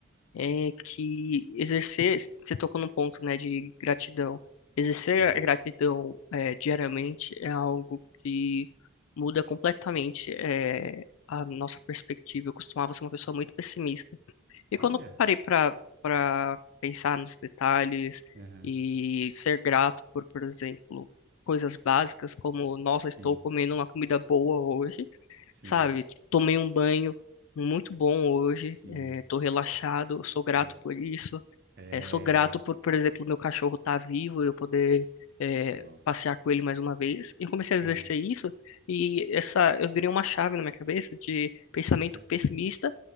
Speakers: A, on the left; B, on the right.
A: é que exercer, você tocou num ponto, né, de gratidão. Exercer
B: Sim.
A: a gratidão eh, diariamente é algo que muda completamente eh, a nossa perspectiva. Eu costumava ser uma pessoa muito pessimista. E
B: Olha.
A: quando eu parei para para pensar nos detalhes
B: Aham.
A: e ser grato por, por exemplo, coisas básicas como, nossa,
B: Sim.
A: estou comendo uma comida boa hoje,
B: Sim.
A: sabe? Tomei um banho muito bom hoje,
B: Sim.
A: estou relaxado, sou grato
B: Olha,
A: por isso.
B: é,
A: Eh, sou grato por, por exemplo, meu cachorro estar vivo e eu poder eh,
B: nossa,
A: passear com ele mais uma vez. E eu comecei
B: sim,
A: a exercer isso e essa eu virei uma chave na minha cabeça de pensamento
B: com certeza.
A: pessimista